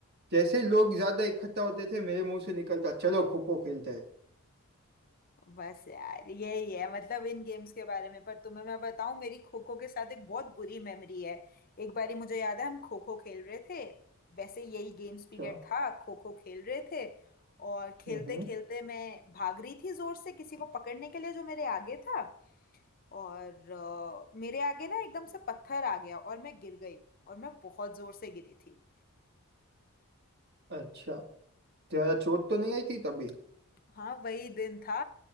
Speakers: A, on the right (about 50°); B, on the left (about 40°).
A: जैसे ही लोग ज्यादा इकट्ठा होते थे मेरे मुंह से निकलता चलो खो खो खेलते हैं
B: बस यार यही है मतलब इन गेम्स के बारे में पर तुम्हें मैं बताऊं मेरी खो खो के साथ एक बहुत बुरी मेमोरी है एक बारी मुझे याद है हम खो खो खेल रहे थे वैसे यही गेम्स पीरियड
A: अच्छा
B: था खो खो खेल रहे थे और खेलते
A: हम्म
B: खेलते मैं भाग रही थी जोर से किसी को पकड़ने के लिए जो मेरे आगे था और अ, मेरे आगे ना एकदम से पत्थर आ गया और मैं गिर गई और मैं बहुत जोर से गिरी थी
A: अच्छा जरा चोट तो नहीं आई थी तभी
B: हाँ वही दिन था